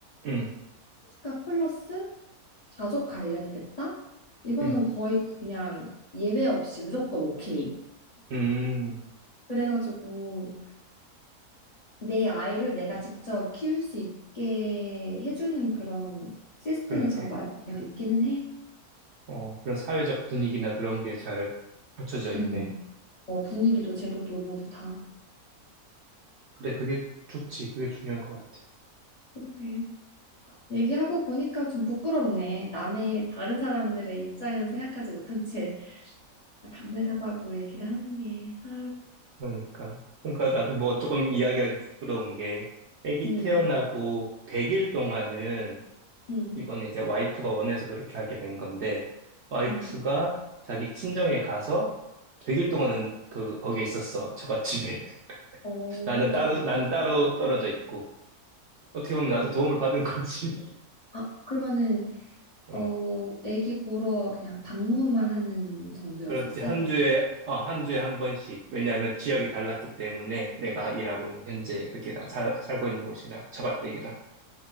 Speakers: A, on the right; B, on the left.
A: 음,
B: 휴가 플러스 가족 관련됐다? 이거는
A: 음,
B: 거의 그냥 예외 없이 무조건 오케이.
A: 음,
B: 그래가지고 내 아이를 내가 직접 키울 수 있게 해주는 그런 시스템이
A: 그러니까.
B: 잘 마련되어 있기는 해.
A: 어, 그런 사회적 분위기나 그런 게 잘 갖춰져 있네.
B: 음, 어, 분위기도 제도도 모두 다.
A: 그래, 그게 좋지. 그게 중요한 것 같아.
B: 그러게. 얘기하고 보니까 좀 부끄럽네. 남의 다른 사람들의 입장은 생각하지 못한 채 다 가능하다고 얘기를 하는 게. 아
A: 그러니까. 그러니까 나도 뭐 조금 이야기하기 부끄러운 게, 아기
B: 음.
A: 태어나고 100일 동안은
B: 음,
A: 이건 이제 와이프가 원해서 그렇게 하게 된 건데, 와이프가
B: 음.
A: 자기 친정에 가서 100일 동안은 그, 거기에 있었어. 처갓집에.
B: 어, 어,
A: <laughs> 나는 따로, 나는 따로 떨어져 있고. 어떻게 보면 나도 도움을 받은 거지.
B: 아, 그러면은,
A: <laughs>
B: 어,
A: 어,
B: 애기 보러 그냥 방문만 하는 정도였었어?
A: 그렇지. 한
B: 백-
A: 주에, 어, 한 주에 한 번씩. 왜냐하면 지역이 달랐기 때문에 내가 일하고 있는 현재 여기랑 살, 살고 있는 곳이랑 처갓댁이랑.